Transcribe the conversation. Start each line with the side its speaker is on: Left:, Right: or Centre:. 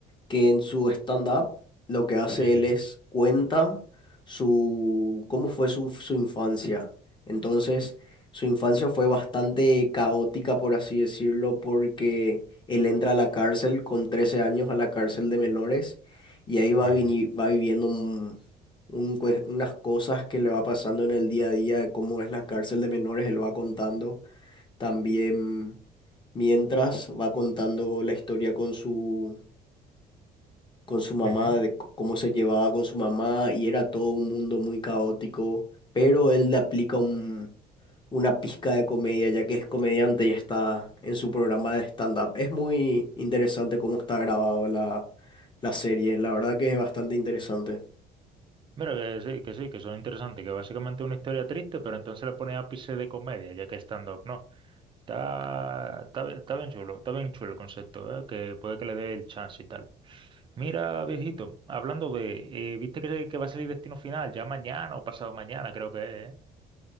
Left: que en su stand-up lo que hace
Right: ujú,
Left: él es cuenta su, cómo fue su, su infancia. Entonces, su infancia fue bastante caótica, por así decirlo, porque él entra a la cárcel con 13 años, a la cárcel de menores, y ahí va,
Right: ujú,
Left: vini- va viviendo un- un cue- unas cosas que le va pasando en el día a día de cómo es la cárcel de menores, él va contando también mientras va contando la historia con su con su mamá,
Right: ujú.
Left: de c- cómo se llevaba con su mamá, y era todo un mundo muy caótico, pero él le aplica un- una pizca de comedia, ya que es comediante y está en su programa de stand-up. Es muy interesante cómo está grabado la, la serie, la verdad que es bastante interesante.
Right: Mira que sí, que sí, que son interesantes, que básicamente es una historia triste, pero entonces le pone ápice de comedia, ya que es stand-up, ¿no? Está, está, bien está bien chulo, está bien chulo el concepto, ¿eh? Que puede que le dé el chance y tal. Mira, viejito, hablando de, eh, ¿viste que, que va a salir Destino Final ya mañana o pasado mañana, creo que es,